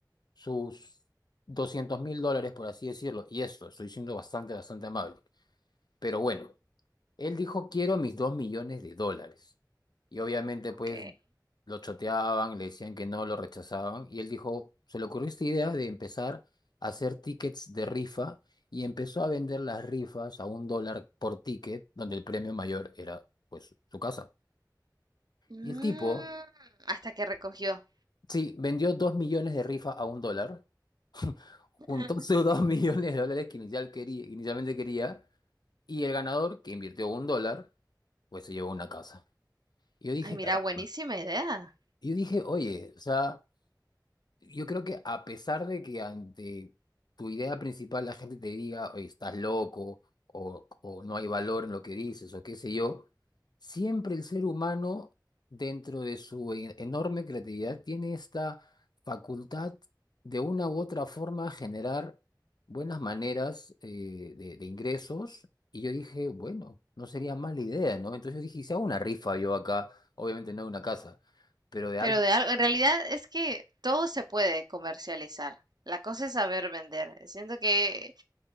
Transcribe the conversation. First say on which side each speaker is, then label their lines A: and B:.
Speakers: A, on the left (about 70°); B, on the right (about 65°).
A: sus doscientos mil dólares, por así decirlo, y esto, estoy siendo bastante, bastante amable, pero bueno. Él dijo, quiero mis dos millones de dólares. Y obviamente, pues,
B: Ok.
A: lo choteaban, le decían que no, lo rechazaban. Y él dijo, se le ocurrió esta idea de empezar a hacer tickets de rifa y empezó a vender las rifas a un dólar por ticket, donde el premio mayor era, pues, su casa.
B: Mm,
A: Y el tipo,
B: hasta que recogió.
A: sí, vendió dos millones de rifas a un dólar, juntó
B: <laughs>
A: <laughs> sus dos millones de dólares que inicial quería, inicialmente quería, y el ganador, que invirtió un dólar, pues se llevó una casa. Y yo dije,
B: Ay, mira,
A: caramba.
B: buenísima idea.
A: Y yo dije, oye, o sea, yo creo que a pesar de que ante tu idea principal la gente te diga, oye, estás loco, o, o no hay valor en lo que dices, o qué sé yo, siempre el ser humano, dentro de su e- enorme creatividad, tiene esta facultad de una u otra forma generar buenas maneras eh, de, de ingresos. Y yo dije, bueno, no sería mala idea, ¿no? Entonces yo dije, "Y si hago una rifa yo acá, obviamente no de una casa, pero de
B: Pero
A: algo.
B: de algo, en realidad es que todo se puede comercializar. La cosa es saber vender. Siento que